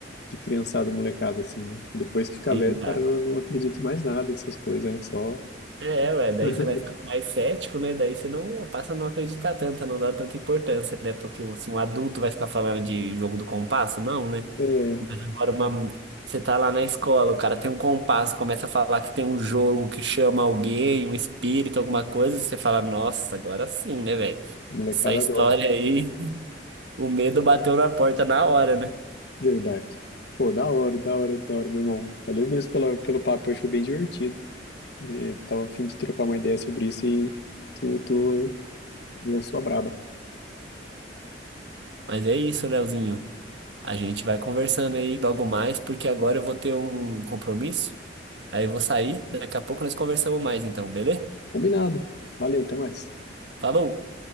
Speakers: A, on the left; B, on the right.
A: de criançada, molecada, assim, né? Depois que fica
B: Sim,
A: velho, o cara
B: cara.
A: não, não acredita em mais nada dessas coisas, né? Só,
B: É, ué, daí
A: <laughs>
B: você vai ficar mais cético, né? Daí você não passa a não acreditar tanto, a não dar tanta importância, né? Porque se um adulto vai ficar falando de jogo do compasso, não, né?
A: é,
B: Mas agora uma... você tá lá na escola, o cara tem um compasso, começa a falar que tem um jogo que chama alguém, um espírito, alguma coisa, você fala, nossa, agora sim, né, velho?
A: molecada
B: Essa história
A: adora.
B: aí, <laughs> o medo bateu na porta na hora, né?
A: Verdade. Pô, da hora, da hora, da hora, meu irmão. Valeu mesmo pela, pelo papo aí, foi bem divertido. Eh, tava a fim de trocar uma ideia sobre isso e tu, tu lançou a braba.
B: Mas é isso, Leozinho. A gente vai conversando aí logo mais, porque agora eu vou ter um compromisso. Aí eu vou sair, daqui a pouco nós conversamos mais então, beleza?
A: Combinado. Valeu, até mais.
B: Falou!